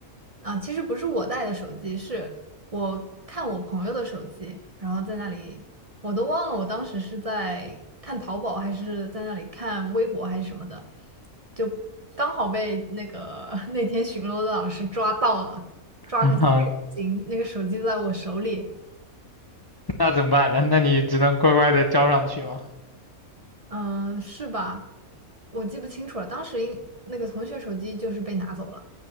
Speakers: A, on the right; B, on the left.
A: 啊，其实不是我带的手机，是我看我朋友的手机，然后在那里，我都忘了我当时是在看淘宝还是在那里看微博还是什么的，就刚好被那个 <laughs> 那天巡逻的老师抓到了，
B: <laughs>
A: 抓个现行，
B: 啊，
A: 那个手机在我手里，
B: 那怎么办呢？那你只能乖乖的交上去吗？
A: 嗯，是吧？我记不清楚了，当时应那个同学手机就是被拿走了，